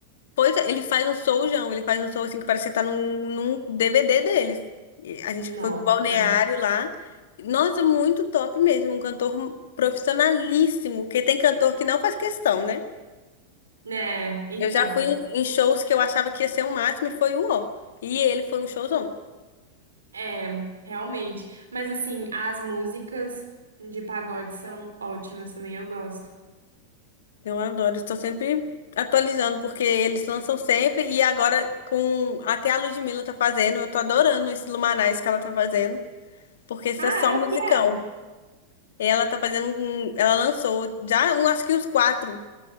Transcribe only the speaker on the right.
Nossa.
né? então,
é, realmente. Mas assim, as músicas de pagode são ótimas também, eu gosto.
Ah,
é
o que é?